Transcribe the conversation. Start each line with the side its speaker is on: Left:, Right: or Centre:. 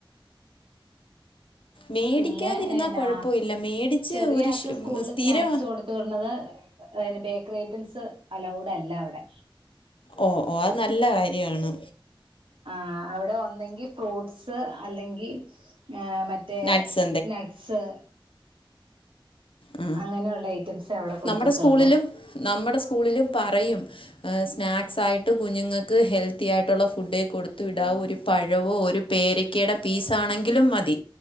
Left: മേടിക്കാതിരുന്നാൽ
Right: പിന്നെ എന്നാ
Left: കുഴപ്പമില്ല മേടിച്ച്
Right: ചെറിയ
Left: ഒരു
Right: ആൾക്ക് സ്കൂളില്
Left: സ്ഥിരം
Right: സ്നാക്സ് കൊടുത്ത വരത് ബേക്കറി ഐറ്റംസ് അലൗഡ് അല്ല അവിടെ
Left: ഓ ഓ അത് നല്ല കാര്യാണ്
Right: ആ അവിടെ ഒന്നെങ്കി ഫ്രൂട്ട്സ് അല്ലെങ്കിൽ മറ്റേ
Left: നട്ട്സ്
Right: നട്ട്സ്
Left: ഉ
Right: അങ്ങനെയുള്ള ഐറ്റംസേ അവിടെ കൊടുക്കത്തുള്ളൂ
Left: നമ്മുടെ സ്കൂളിലും നമ്മുടെ സ്കൂളിലും പറയും സ്നാക്‌സായിട്ട് കുഞ്ഞുങ്ങൾക്ക് ഹെൽത്തി ആയിട്ടുള്ള ഫുഡേ കൊടുത്ത് വിടാവു ഒരു പഴവോ ഒരു പേരക്കയുടെ പീസ് ആണെങ്കിലും മതി